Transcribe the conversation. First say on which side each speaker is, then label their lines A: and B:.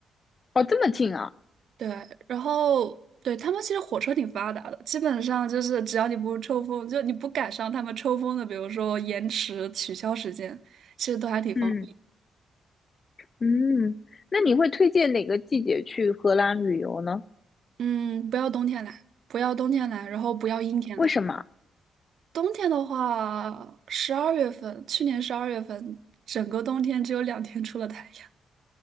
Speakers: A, on the left; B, on the right.
A: 哦，这么近啊，
B: 对，然后对他们其实火车挺发达的，基本上就是只要你不抽风，就你不赶上他们抽风的，比如说延迟、取消时间，其实都还挺方便。
A: 嗯嗯，那你会推荐哪个季节去荷兰旅游呢？
B: 嗯，不要冬天来，不要冬天来，然后不要阴天来。
A: 为什么？
B: 冬天的话，十二月份，去年十二月份，整个冬天只有两天出了太阳。